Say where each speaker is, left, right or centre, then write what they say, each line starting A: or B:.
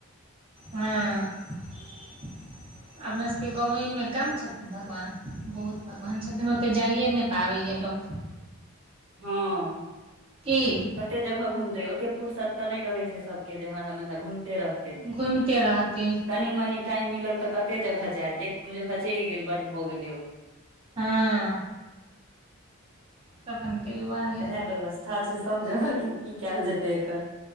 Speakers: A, on the right; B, on the right.
A: हँ <inaudible> अपना सबके गाँवे मे कम छथिन भगवान बहुत भगवान छथिन ओते जाइए नहि पाबैया लोक लोक
B: हँ
A: की
B: कते जगह घूमते ओते फुर्सत ते नहि रहे छै सबके जे हर हमेशा घूमते रहतै
A: घुमिते रहथिन
B: कनि मनी टाइम मिलल तऽ कते जगह जायत एक दू जगह चलि गेल बड्ड भऽ गेलै ओ
A: हँ तऽ <unintelligible> अपन तैयो बात
B: सएह व्यवस्था छै सब जगह की कयल जेतै एकर